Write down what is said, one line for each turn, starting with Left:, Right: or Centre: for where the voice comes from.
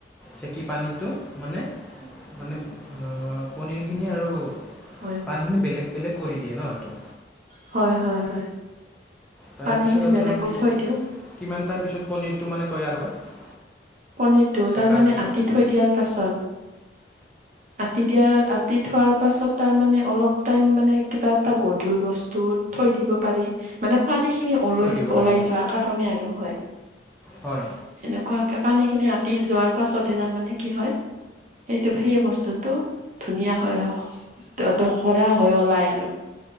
Centre: চেকি পানীটো মানে মানে অ পনীৰখিনি আৰু
Right: হয়
Centre: পানীখিনি বেলেগ বেলেগ কৰি দিয়ে ন ইটো
Right: হয় হয় হয়
Centre: তাৰপিছত
Right: পানী খিনি
Centre: আপোনাৰ
Right: বেলেগ
Centre: মানে
Right: কৰি থৈ দিওঁ
Centre: কিমান টাইম পিছত পনিৰটো মানে তৈয়াৰ হয়?
Right: পনিৰটোত
Centre: চেকাৰ
Right: তাৰ মানে
Centre: পিছত
Right: আতি থৈ দিয়াৰ পাছত আতি দিয়া হয় আতিত থোৱাৰ পাছত তাৰমানে অলপ টাইম মানে কিবা এটা গধুৰ বস্তু থৈ দিব পাৰি মানে পানী খিনি ওল
Centre: থৈ দিব লাগে
Right: ওলাই যোৱাৰ কাৰণে আৰু হয়
Centre: হয়
Right: এনেকুৱাকে পানী খিনি আতি যোৱাৰ পাছতে তাৰমানে কি হয় সেটো সেই বস্তুতটো ধুনীয়া হয় হয় অ দখৰা হৈ ওলাই আৰ।